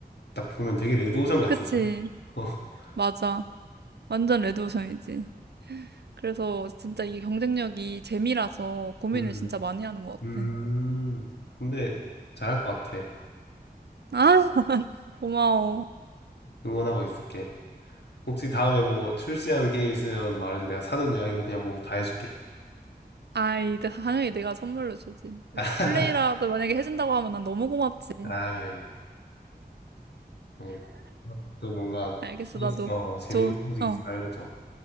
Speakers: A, on the left (about 85°); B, on the right (about 80°).
A: 딱 보면 되게 레드오션 같은데?
B: 그치.
A: <laughs>
B: 맞아. 완전 레드오션이지. 그래서 진짜 이게 경쟁력이 재미라서 고민을
A: 음,
B: 진짜 많이 하는 것
A: 음.
B: 같아.
A: 근데 잘할 것 같아.
B: 아, 고마워.
A: 응원하고 있을게. 혹시 다음에 뭐 출시하는 게임 있으면 말해줘. 내가 사전 예약이고 그냥 뭐 다 해줄게.
B: 아이, 내- 당연히 내가 선물로 주지.
A: <laughs>
B: 플레이라도 만약에 해준다고 하면 난 너무 고맙지.
A: 아이, 예. 또 뭔가,
B: 알겠어,
A: 이-
B: 나도.
A: 어, 재밌는
B: 좋은,
A: 소식
B: 어,
A: 있으면 알려줘.